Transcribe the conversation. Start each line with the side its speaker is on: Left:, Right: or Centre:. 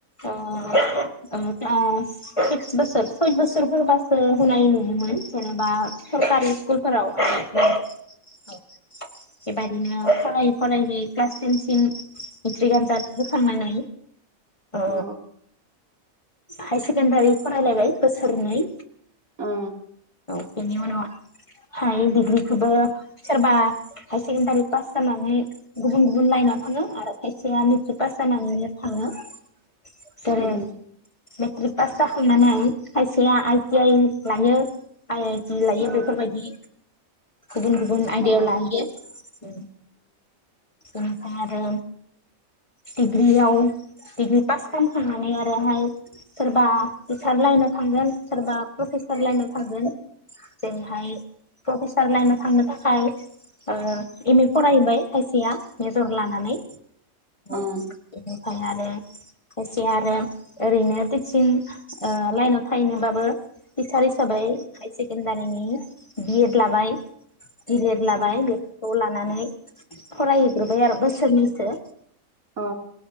Left: ओ-ओ सिक्स बोसोर सय बोसोर फोरबासो होनाय नुयो मोन जेनेबा सरकारनि स्कुलफोराव <inaudible> बेबादिनो फरायै फरायै क्लास टेनसिम मेट्रिक आनजाद होखांनानै ओ
Right: औ
Left: हाय सेकेण्डारि फरायलायबाय बोसोरनै
Right: ओ
Left: औ बेनि उनाव हाय डिग्रिखौबो सोरबा हाय सेकेणडारि पास जानानै गुबुन गुबुन लाइनाव थाङो आरो खायसेया मेट्रिक पास जानानैनो थाङो <unintelligible>
Right: उम
Left: मेट्रिक पास जाखांनानै खायसेया आइटि आइ लायो आइ आइ ति लायो
Right: औ
Left: बेफोरबायदि गुबुन गुबुन आइदायाव
Right: उम अ औ
Left: लाहैयो बेनिफ्राय आरो डिग्रियाव डिग्रि पास खालामखांनानै आरोहाय सोरबा सार लाइनाव थांगोन सोरबा प्रफेसार लाइनाव थांगोन जेरैहाय प्रफेसार लाइनाव थांनो थाखाय ओ एम ए फरायबाय खायसेया मेजर लानानै बेनिफ्राय
Right: ओं
Left: आरो खायसे आरो ओरैनो टिसिं ओ लाइनाव थाहैनोबाबो टिचार हिसाबै हाय सेकेणडारिनि बि ए ड लाबाय डि ले ड लाबाय
Right: अ
Left: बेफोरखौ लानानै फरायहैग्रोबाय आरो बोसोरनैसो
Right: औ